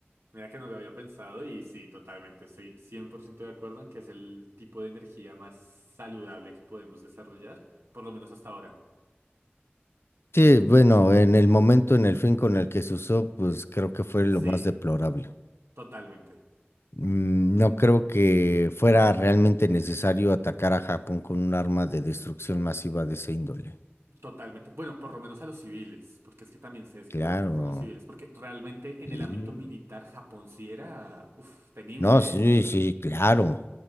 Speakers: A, on the right; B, on the left.
A: Mira que no lo había pensado y sí, totalmente, estoy 100% de acuerdo en que es el tipo de energía más saludable que podemos desarrollar, por lo menos hasta ahora.
B: Sí, bueno, en el momento, en el fin con el que se usó, pues creo que fue lo
A: Sí,
B: más deplorable.
A: totalmente,
B: Mm, No creo que fuera realmente necesario atacar a Japón con un arma de destrucción masiva de ese índole.
A: totalmente. Bueno, por lo menos a los civiles, porque es que también se desquitaron
B: Claro.
A: fue con los civiles, porque realmente en
B: sí.
A: el ámbito militar Japón sí era, uf, temible,
B: No, sí,
A: ¿eh?
B: sí, claro.